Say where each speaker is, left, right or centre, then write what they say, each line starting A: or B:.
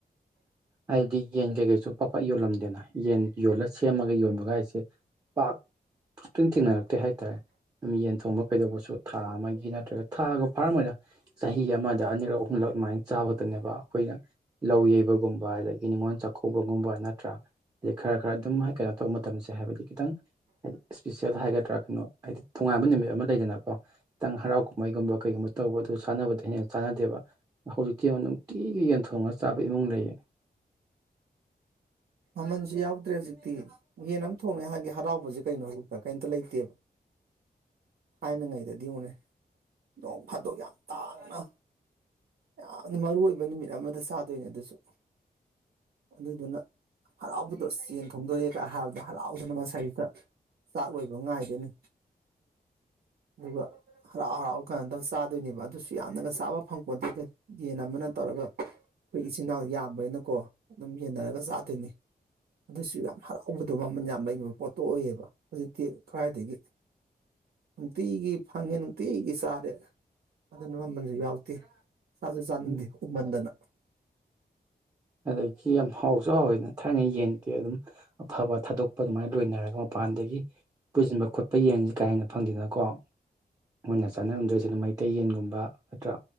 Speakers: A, on the right (about 25°); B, on the right (about 80°).
A: ꯑꯩꯗꯤ ꯌꯦꯡꯖ ꯀ ꯁ ꯄꯥꯛꯄꯥꯛꯠ ꯌꯣꯜꯂꯝꯗꯦꯅ ꯌꯦꯟ ꯌꯣꯜꯂ ꯁꯦꯝꯃꯒ ꯌꯣꯟꯕꯒ ꯍꯥꯏꯁꯦ ꯄꯥꯛ ꯇꯤꯟꯅꯔꯦ ꯍꯥꯏ ꯍꯥꯏꯔꯦ ꯌꯦꯟ ꯊꯣꯡꯕ ꯀꯩꯗꯧꯕꯁꯨ ꯊꯥ ꯑꯃꯒꯤ ꯅꯠꯇ꯭ꯔꯒ ꯊꯥꯒ ꯐꯥꯔꯝꯗ ꯆꯍꯤ ꯆꯍꯤ ꯑꯃꯗ ꯑꯅꯤꯔꯛ ꯑꯍꯨꯝꯂꯛ ꯑꯗꯨꯃꯥꯏꯅ ꯆꯥꯕꯛꯇꯅꯦꯕ ꯑꯩꯈꯣꯏꯅ ꯂꯧ ꯌꯩꯕꯒꯨꯝꯕ ꯑꯗꯒꯤ ꯅꯤꯉꯣꯜ ꯆꯥꯛꯀꯧꯕ ꯒꯨꯝꯕ ꯅꯠꯇ꯭ꯔꯥ ꯑꯩ ꯈꯔ ꯈꯔ ꯑꯗꯨꯝ ꯀꯩꯅꯣ ꯇꯧꯕ ꯃꯇꯝꯁꯦ ꯍꯥꯏꯕꯗꯤ ꯈꯤꯇꯪ ꯍꯥꯏꯗꯤ ꯏꯁꯄꯤꯁꯦꯜ ꯍꯥꯏꯒꯗ꯭ꯔꯥ ꯀꯩꯅꯣ ꯍꯥꯏꯗꯤ ꯇꯣꯉꯥꯟꯕ ꯅꯨꯃꯤꯠ ꯑꯃ ꯂꯩꯗꯅꯀꯣ ꯈꯤꯇꯪ ꯍꯔꯥꯎ ꯃꯩꯒꯨꯝꯕ ꯀꯩꯒꯨꯝꯕ ꯇꯧꯕ ꯑꯗꯨ ꯆꯥꯟꯅꯕꯗ ꯍꯦꯟꯅ ꯆꯥꯟꯅꯗꯦꯕ ꯍꯧꯖꯤꯛꯇꯤ ꯅꯨꯡꯇꯤ ꯑꯩꯒꯤ ꯌꯦꯟꯊꯣꯡꯉ ꯆꯥꯕ ꯏꯃꯨꯡ ꯂꯩꯌꯦ
B: ꯃꯃꯟꯁꯨ ꯌꯥꯎꯗ꯭ꯔꯦ ꯍꯧꯖꯤꯛꯇꯤ ꯌꯦꯟ ꯑꯃ ꯊꯣꯡꯉꯦ ꯍꯥꯏꯒꯦ ꯍꯔꯥꯎꯕꯁꯦ ꯀꯩꯅꯣ ꯍꯧꯖꯤꯛꯇ ꯀꯩꯝꯇ ꯂꯩꯇꯦꯕ <unintelligible> ꯊꯥꯏꯅꯉꯩꯗꯗꯤ ꯑꯃꯨꯛꯅꯦ ꯅꯣꯡ ꯐꯥꯠꯇꯣꯛ ꯌꯥꯝ ꯇꯥꯡꯅ ꯌꯥꯝꯅ ꯃꯔꯨ ꯑꯣꯏꯕ ꯅꯨꯃꯤꯠ ꯑꯃꯗ ꯆꯥꯗꯣꯏꯅꯦ ꯑꯗꯨꯁꯨ ꯑꯗꯨꯗꯨꯅ ꯍꯔꯥꯎꯕꯗꯣ ꯆꯦꯟ ꯊꯣꯡꯗꯣꯔꯛꯑꯦ ꯀ ꯍꯥꯏꯕꯗ ꯍꯔꯥꯎꯗꯅ ꯃꯁꯥꯏꯗ ꯆꯥꯛ ꯂꯣꯏꯕ ꯉꯥꯏꯒꯅꯤ ꯑꯗꯨꯒ ꯍꯔꯥꯎ ꯍꯔꯥꯎ ꯀꯥꯟꯅꯗ ꯆꯥꯗꯣꯏꯅꯦꯕ ꯑꯗꯨꯁꯨ ꯌꯥꯝꯅꯒ ꯆꯥꯕ ꯐꯪ ꯄꯣꯟꯗꯗ ꯌꯦꯦꯟ ꯑꯃꯅ ꯇꯧꯔ ꯑꯗꯨꯒ ꯑꯩꯈꯣꯏ ꯏꯆꯤꯟꯜ ꯏꯅꯥꯎ ꯌꯥꯝꯕ꯭ꯔꯅꯀꯣ ꯑꯗꯨꯝ ꯌꯦꯟꯅꯔꯒ ꯆꯥꯗꯣꯏꯅꯤ ꯑꯗꯨꯁꯨ ꯌꯥꯝ ꯍꯔꯥꯎꯕꯗꯣ ꯃꯃꯜ ꯌꯥꯝ ꯂꯩꯕ ꯄꯣꯠꯇꯣ ꯑꯣꯏꯌꯦꯕ ꯍꯧꯖꯤꯛꯇꯤ ꯈꯔꯏꯗꯒꯤ ꯅꯨꯡꯇꯤꯒꯤ ꯐꯪꯉꯦ ꯅꯨꯡꯇꯤꯒꯤ ꯆꯥꯔꯦ ꯑꯗꯨꯅ ꯃꯃꯜꯁꯨ ꯌꯥꯎꯗꯦ ꯆꯥꯁꯨ ꯆꯥꯅꯤꯡꯗꯦ
A: ꯎꯝ
B: ꯎꯃꯟꯗꯅ
A: ꯑꯗꯒꯤ ꯌꯥꯝ ꯍꯥꯎꯁꯨ ꯍꯥꯎꯋꯦꯅ ꯊꯥꯏꯅ ꯌꯦꯟ ꯑꯗꯨꯝ ꯑꯐꯕ ꯊꯥꯗꯣꯛꯄ ꯑꯗꯨꯃꯥꯏꯅ ꯂꯣꯏꯅꯔꯒ ꯃꯄꯥꯟꯗꯒꯤ ꯄꯨꯁꯤꯟꯕ ꯈꯣꯠꯄ ꯌꯦꯟꯁꯤ ꯀꯥ ꯍꯦꯟꯅ ꯐꯪꯗꯦꯅꯀꯣ ꯃꯣꯏꯅ ꯆꯥꯅꯔꯝꯗꯣꯏꯁꯤꯗ ꯃꯩꯇꯩ ꯌꯦꯟꯒꯨꯝꯕ ꯅꯠꯇ꯭ꯔꯥ